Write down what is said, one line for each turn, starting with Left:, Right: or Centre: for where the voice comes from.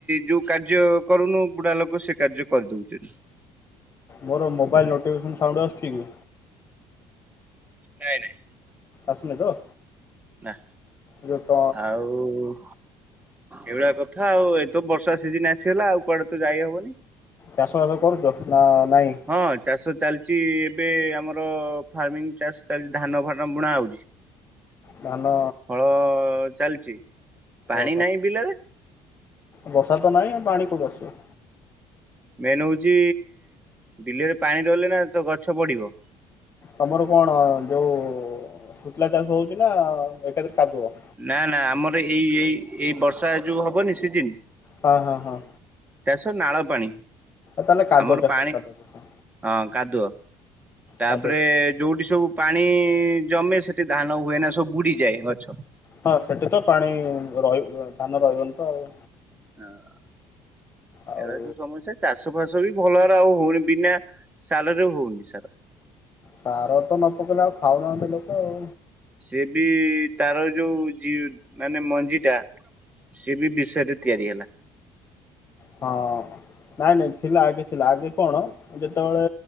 Right: ଯୋଉ କାର୍ଯ୍ୟ କରୁନୁ ବୁଢା ଲୋକ ସେ କାର୍ଯ୍ୟ କରିଦଉଛନ୍ତି।
Left: ମୋର ମୋବାଇଲ୍ ନୋଟିଫିକେସନ୍ ସାଉଣ୍ଡ ଆସୁଛି କି?
Right: ନାଇଁ ନାଇଁ।
Left: ଆସୁନି ତ?
Right: ନା
Left: ଯୋଉ
Right: ଆଉ। ଏଇଭଳିଆ କଥା ଆଉ ଏତ ବର୍ଷା ସିଜିନ ଆସିଗଲା ଆଉ କୁଆଡେ ତ ଯାଇହବନି।
Left: ଚାଷ ବାସ କରୁଛ ନା ନାଇଁ।
Right: ହଁ ଚାଷ ଚାଲିଛି ଏବେ ଆମର ଫାର୍ମିଂ ଚାଷ ଚାଲିଛି ଧାନ ଫାନ ବୁଣା ହଉଛି।
Left: ଧାନ
Right: ହଳ ଚାଲିଛି ପାଣି
Left: ଓହୋ
Right: ନାହିଁ ବିଲରେ
Left: ବର୍ଷା ତ ନାଇଁ ପାଣି କୋଉଠି ଆସିବ?
Right: ମେନ୍ ହେଉଛି ବିଲେରେ ପାଣି ଦେଲେ ନା ତ ଗଛ ବଡ଼ିବ।
Left: ତମର କଣ ଯୋଉ ଶୁଖିଲା ଚାଷ ହଉଛି ନା ଏକାଠି କାଦୁଅ।
Right: ନା ନା ଆମର ଏଇ ଏଇ ଏଇ ବର୍ଷା ଯୋଉ ହବନି ସିଜିନ।
Left: ହଁ ହଁ ହଁ
Right: ଚାଷ ନାଳ ପାଣି
Left: ତାହେଲେ କାଦୁଅ
Right: ଆମର
Left: ଚାଷ
Right: ପାଣି।
Left: କାଦୁଅ ଚାଷ
Right: ହଁ କାଦୁଅ ତାପରେ
Left: କାଦୁଅ ଚାଷ।
Right: ଯୋଉଠି ସବୁ ପାଣି ଜମେ ସେଠି ଧାନ ହୁଏ ନା ସବୁ ବୁଡିଯାଏ ଗଛ।
Left: ହଁ ସେଠି ତ ପାଣି ରହିବ ଧାନ ରହିବନି ତ ଆଉ।
Right: ହଁ
Left: ଆଉ
Right: ଏଟା ତ ସମସ୍ୟା। ଚାଷ ଫାସ ବି ଭଲରେ ଆଉ ହଉନି ବିନା ସାଲ ରେ ହଉନି ସାରା।
Left: ସାର ତ ନ ପକେଇଲେ ଆଉ ଖାଉନାହାନ୍ତି ଲୋକ ଆଉ।
Right: ସେ ବି ତାର ଯୋଉ ମାନେ ମଞ୍ଜି ଟା। ସିଏ ବି ବିଷ ରେ ତିଆରି ହେଲା।
Left: ହଁ ନାଇଁ ନାଇଁ ଥିଲା ଆଗେ ଥିଲା ଆଗେ କଣ ଯେତେବେଳେ